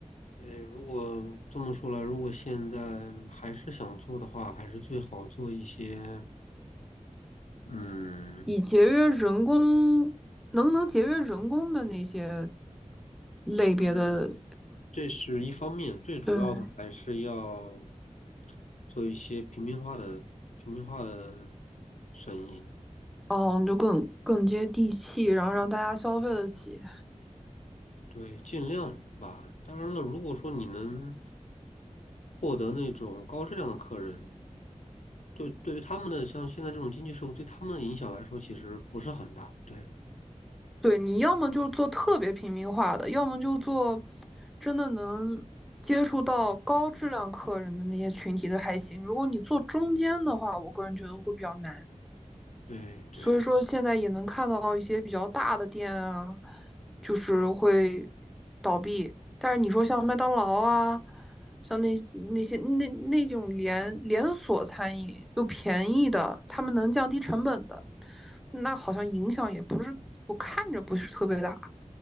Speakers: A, on the left (about 65°); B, in the centre.
A: 哎，如果这么说来，如果现在还是想做的话，还是最好做一些，嗯
B: 以节约人工，能能节约人工的那些类别的，
A: 嗯，这是一方面，最主要的还是要
B: 对。
A: 做一些平民化的平民化的生意，
B: 哦，你就更更接地气，然后让大家消费得起。
A: 对，尽量吧。当然了，如果说你能获得那种高质量的客人。对，对于他们的像现在这种经济社会，对他们的影响来说，其实不是很大。对，
B: 对，你要么就做特别平民化的，要么就做真的能接触到高质量客人的那些群体的还行。如果你做中间的话，我个人觉得会比较难。
A: 对，对，
B: 所以说现在也能看到一些比较大的店啊，就是会倒闭。但是你说像麦当劳啊，像那那些那那种连连锁餐饮又便宜的，他们能降低成本的。那好像影响也不是，我看着不是特别大。